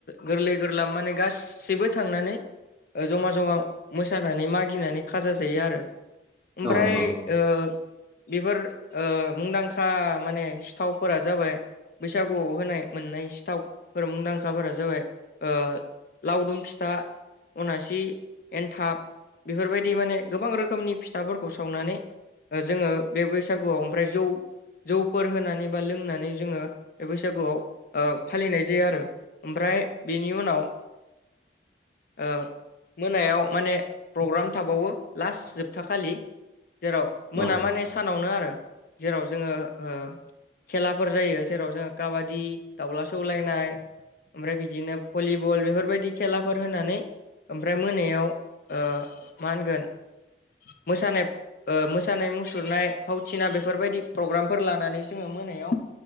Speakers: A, on the left (about 50°); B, in the centre.
A: गोरलै गोरला माने गासैबो थांनानै ओ ज'मा-ज'मा मोसानानै मागिनानै खाजा जायो आरो ओमफ्राय
B: औ नंगौ
A: ओ बेफोर ओ मुंदांखा माने सिथावफोरा जाबाय बैसागुआव होनाय मोननाय सिथावफोर मुंदांखाफोरा जाबाय ओ लावदुम फिथ दा अनासि एन्थाब बेफोरबायदि माने गोबां रोखोमनि फिथाफोरखौ सावनानै जोङो बे बैसागुआव ओमफ्राय जौ जौफोर होनानै बा लोंनानै जोङो बे बैसागुआव ओ फालिनाय जायो आरो। ओमफ्राय बेनि उनाव ओ मोनायाव माने प्रग्राम थाबावो लास्ट जोबथाखालि। जेराव
B: औ
A: मोना मानि सानावनो आरो जेराव जोङो ओ खेलाफोर जायो जेराव जोङो काबादि दाउला सौलायनाय ओमफ्राय बिदिनो भलिबल बेफोरबायदि खेला फोर होनानै ओमफ्राय मोनायाव ओ मा होनगोन मोसानाय ओ मोसानाय मुसुरनाय फावथिना बेफोरबायदि प्रग्रामफोर लानानै जोङो मोनायाव